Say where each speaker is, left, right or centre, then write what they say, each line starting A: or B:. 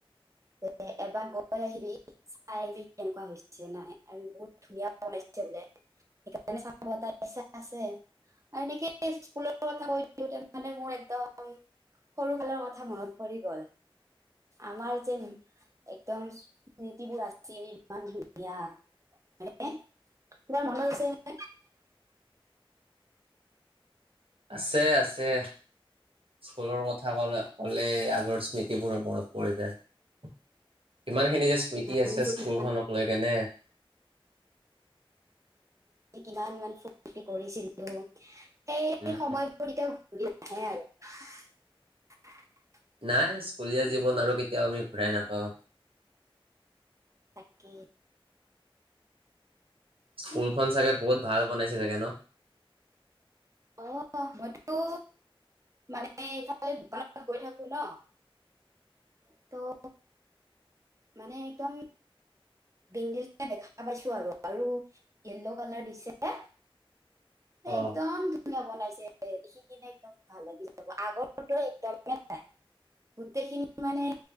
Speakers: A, on the right (about 35°); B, on the right (about 70°).
A: কলে এবাৰ গৈ আহিবি চাই আহিবি কেনেকুৱা হৈছে নাই আৰু বহুত ধুনীয়া বনাইছে বোলে সেকাৰণে চাব এটা ইচ্ছা আছে আৰু এনেকে স্কুলৰ কথা কৈ দিওঁতে মানে মোৰ একদম সৰু কালৰ কথা মনত পৰি গল আমাৰ যে একদম স্মৃতিবোৰ আছিল ইমান ধুনীয়া হয়নে তোমাৰ মনত আছে নে
B: আছে আছে ছে স্কুলৰ কথা কলে ক'লে আগৰ স্মৃতিবোৰ মনত পৰি যায় কিমানখিনি যে স্মৃতি
A: আমি
B: আছে
A: যে
B: স্কুলখনক
A: কিমান
B: লৈকেনে
A: ইমান ইমান ফুৰৰ্তি কৰিছিলো এই
B: উম
A: সময় পৰিতে ঘুৰি নাহে আৰু
B: নাই স্কুলীয়া জীৱন আৰু কেতিয়াও আমি ঘূৰাই নাপাওঁ
A: তাকে
B: স্কুলখন চাগে বহুত ভাল বনাইছে চাগে ন
A: অ মইতো মানে ইফালে দোকানত গৈ থাকো ন তৌ মানে একদম ডিংগিলকে দেখা পাইছো আৰু আৰু য়েল্ল' কালাৰ দিছে
B: অ,
A: একদম বনাইছে দেখি কিনে একদম ভাল লাগি যাব আগৰটোত একদমেই নাই গোটেইখিনি মানে